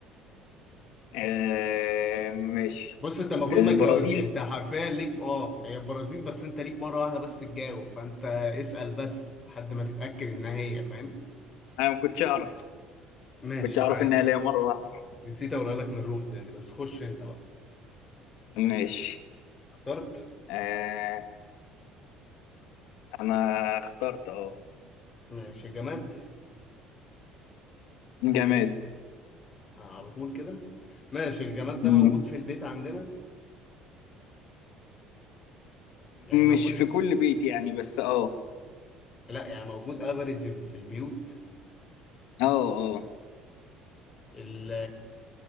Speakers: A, on the left; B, on the left.
A: آه ماشي
B: بص انت المفروض
A: البرازيل
B: ما تجاوبش انت حرفيا ليك اه هي البرازيل بس انت ليك مرة واحدة بس تجاوب فانت اسأل بس لحد ما تتأكد انها هي فاهم؟
A: انا ما كنتش اعرف
B: ماشي
A: كنتش اعرف
B: عادي
A: انها
B: عادي
A: ليا مره واحده
B: نسيت اقولها لك من الرولز يعني بس خش انت بقى
A: ماشي
B: اخترت
A: آه انا اخترت اه
B: ماشي جماد
A: جماد
B: آه على طول كده ماشي الجماد ده
A: مم.
B: موجود في البيت عندنا يعني موجود
A: مش في كل بيت يعني بس اه
B: لا يعني موجود افريج في البيوت
A: اه اه
B: ال-